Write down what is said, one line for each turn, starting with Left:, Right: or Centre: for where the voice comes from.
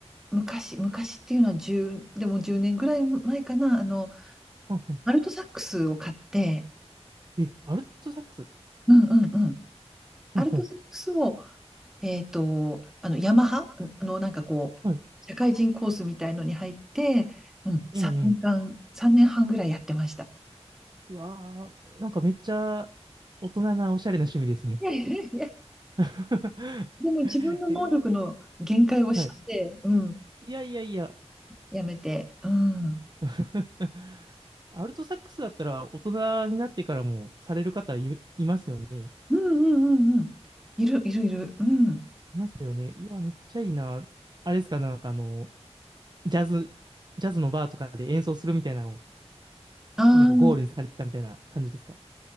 Centre: 昔、昔っていうのは10、でも1年ぐらい前かな、あの、
Right: うんうん
Centre: アルトサックスを買って、
Right: え、アルトサックス
Centre: うんうんうん、
Right: ほんほん。
Centre: アルトサックスを、えっと、あの、ヤマハあの、なんかこう、
Right: はい。
Centre: 社会人コースみたいのに入って、うん、3年間、
Right: ええ、ええ。
Centre: 3年半ぐらいやってました。
Right: うわー、なんかめっちゃ大人なおしゃれな趣味ですね。
Centre: <laughs> いやいやいや、
Right: <laughs>
Centre: でも自分の能力の限界を知って、
Right: えーはい。
Centre: うん、
Right: いやいやいや。
Centre: やめて、うん、うん
Right: <laughs> アルトサックスだったら大人になってからもされる方い、いますよね。
Centre: うんうんうん、いるいるいる、うん。
Right: いますよね。うわ、めっちゃいいな。あれですか、なんかあの、ジャズ、ジャズのバーとかで演奏するみたいなのを、
Centre: ああ、
Right: なんかゴールにされてたみたいな感じですか。